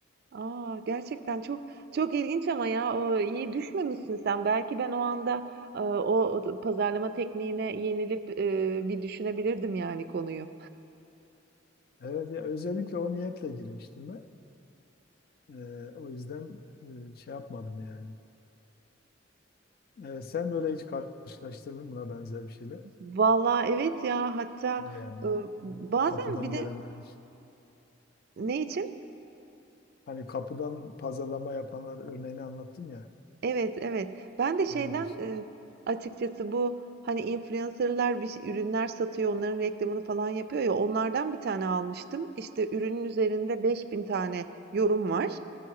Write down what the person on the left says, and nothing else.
Evet ya özellikle o niyetle girmiştim ben. E, o yüzden e, şey yapmadım yani. Evet, sen böyle hiç karşılaştırdın mı buna benzer bir şeyler?
Ne yani?
Hani
kapıdan
gelenler işte.
Hani kapıdan pazarlama yapanlar örneğini anlattım ya
onun dışında.